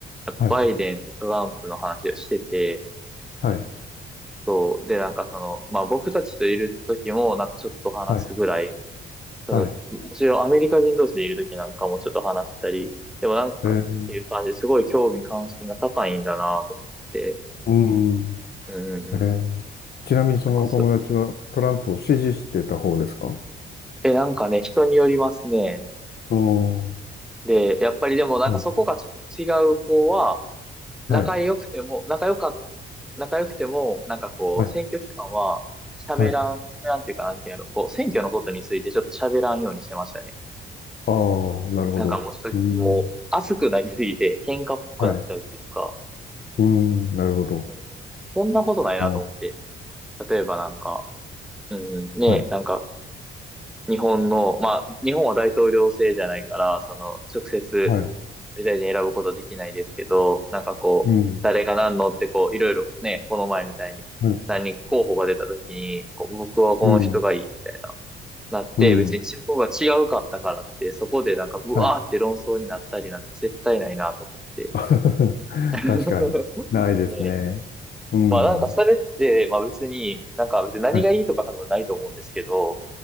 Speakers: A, in the centre; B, on the left.
A: やっぱバイデン、
B: はい、
A: トランプの話をしてて、
B: はい、
A: そう、でなんかその、まあ僕たちといる時もなんかちょっと話すぐらい
B: はい、
A: その、
B: はい。
A: もちろんアメリカ人同士でいるときなんかもちょっと話したり、でもなんかっていう感じですごい興味関心が高いんだなと思って、
B: ええ、うん。
A: うんうんうん。
B: ええ、ちなみにそのお友達はトランプを支持してた方ですか
A: なんかそ、え、なんかね、人によりますね。
B: おー、
A: で、やっぱりでもなんかそこがちょっと違う子は、
B: はい、
A: 仲良くても、
B: はい、
A: 仲良か、仲良くても、なんかこう、
B: はい、
A: 選挙期間は喋らん、
B: はい。
A: 喋らんっていうかなんていうやろ、こう、選挙のことについてちょっと喋らんようにしてましたね。
B: ああ、なるほど。
A: なんかもうちょっと、
B: うん、
A: もう、熱くなりすぎて、喧嘩っぽくなっちゃうっていうか、
B: はい、うん、なるほど。
A: うんこんなことないなと思って。
B: おー、
A: 例えばなんか、うん、ね、
B: はい、
A: なんか、日本の、まあ、日本は大統領制じゃないから、その、直接、
B: はい、
A: 総理大臣選ぶことできないですけど、なんかこう、
B: うん、
A: 誰が何のってこう、いろいろね、この前みたいに、
B: はい、
A: 何人か候補が出た時に、こう僕はこの人がいいみたいな、
B: うん、
A: なって、
B: うん、
A: 別に中国が違うかったからって、そこでなんか、ブワーって論争になったりなんて絶対ないなと思って。
B: はい。<laughs>
A: <laughs>
B: 確かに、ないですね。
A: ね
B: うん、
A: まあなんかそれって、まあ別に、なんか別に何がいいとか多分ないと思うんですけど、
B: はい、